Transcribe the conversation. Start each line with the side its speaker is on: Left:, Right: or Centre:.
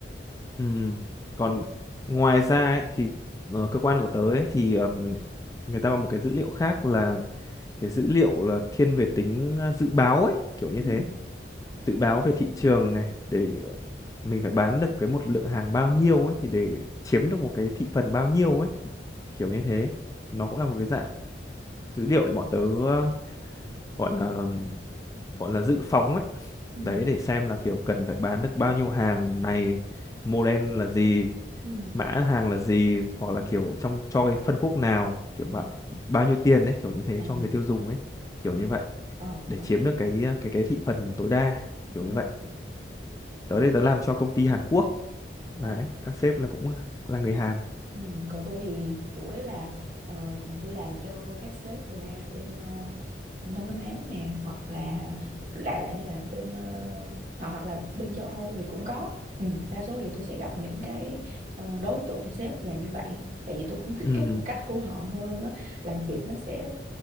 Left: Ừ. Còn ngoài ra ấy, thì ờ, cơ quan của tớ ấy, thì ờm, người ta có một cái dữ liệu khác là cái dữ liệu là thiên về tính ờ, dự báo ấy kiểu như
Right: ừ
Left: thế dự báo về thị trường này để ờ, mình phải bán được cái một lượng hàng bao nhiêu ấy thì để chiếm được một cái thị phần bao nhiêu ấy kiểu như thế nó cũng là một cái dạng dữ liệu để bọn tớ ờ, gọi là ừm, gọi là dự phóng ấy
Right: ừ
Left: đấy để xem là kiểu cần phải bán được bao nhiêu hàng này model là gì
Right: ừ
Left: mã hàng là gì hoặc là kiểu trong cho cái phân khúc nào kiểu
Right: ừ.
Left: bạn bao nhiêu tiền ấy kiểu như thế
Right: à
Left: cho người tiêu dùng ấy kiểu như vậy
Right: ờ
Left: để
Right: cũng
Left: chiếm
Right: hay
Left: được cái ờ, cái cái thị phần tối đa kiểu
Right: ừ
Left: như vậy
Right: ừ,
Left: tới
Right: ờ
Left: đây tớ làm cho công ty Hàn Quốc đấy
Right: ờ
Left: các sếp là cũng ờ, là người Hàn
Right: ừ. còn tôi thì chủ yếu là ờ, tôi làm cho các sếp là bên ờ, Đông Nam Á nè hoặc là đại loại như là bên ờ, hoặc hoặc là bên châu Âu thì cũng có ừ. đa số thì tôi sẽ gặp những cái ờ, đối tượng sếp là như vậy tại vì tôi cũng thích
Left: ừ
Right: cái phong cách của họ hơn á làm việc nó sẽ